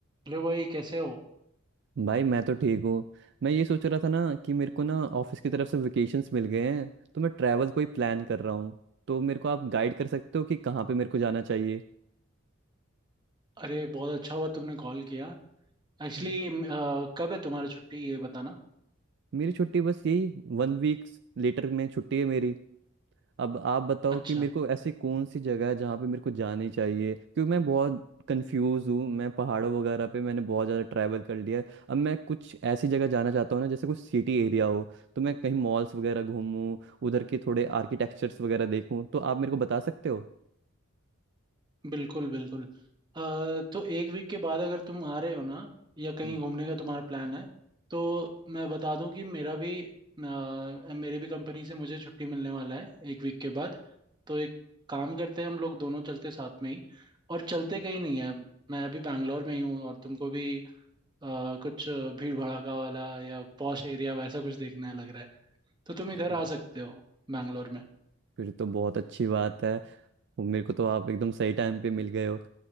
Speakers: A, on the right; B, on the right.
A: हेलो भाई कैसे हो
B: भाई मैं तो ठीक हूँ मैं ये सोच रहा था ना कि मेरे को ना ऑफिस की तरफ से वेकेशंस मिल गए हैं तो मैं ट्रैवल कोई प्लान कर रहा हूँ तो मेरे को आप गाइड कर सकते हो कि कहाँ पे मेरे को जाना चाहिए
A: अरे बहुत अच्छा हुआ तुमने कॉल किया एक्चुअली
B: हम्म।
A: कब है तुम्हारी छुट्टी ये बताना
B: मेरी छुट्टी बस यही वन वीक्स लेटर में छुट्टी है मेरी अब आप बताओ
A: अच्छा
B: कि मेरे को ऐसी कौन सी जगह है जहाँ पे मेरे को जानी चाहिए क्योंकि मैं बहुत कंफ्यूज हूँ मैं पहाड़ों वगैरह पे मैंने बहुत ज़्यादा ट्रैवल कर लिया है अब मैं कुछ ऐसी जगह जाना चाहता हूँ ना जैसे कुछ सिटी एरिया हो तो मैं कहीं मॉल्स वगैरह घूमूं उधर के थोड़े आर्किटेक्चर्स वगैरह देखूं तो आप मेरे को बता सकते हो
A: बिल्कुल बिल्कुल अ, तो एक वीक के बाद अगर तुम आ रहे हो ना या कहीं
B: हम्म।
A: घूमने का तुम्हारा प्लान है तो मैं बता दूं कि मेरा भी अ, मेरे भी कंपनी से मुझे छुट्टी मिलने वाला है एक वीक के बाद तो एक काम करते हैं हम लोग दोनों चलते साथ में ही और चलते कहीं नहीं है मैं अभी बैंगलोर में ही हूँ और तुमको भी अ, कुछ भीड़ भड़ाका वाला या पॉश एरिया वैसा कुछ देखना है लग रहा है तो तुम इधर
B: हाँ
A: आ सकते हो बैंगलोर में
B: फिर तो बहुत अच्छी बात है वो मेरे को तो आप एकदम सही टाइम पे मिल गए हो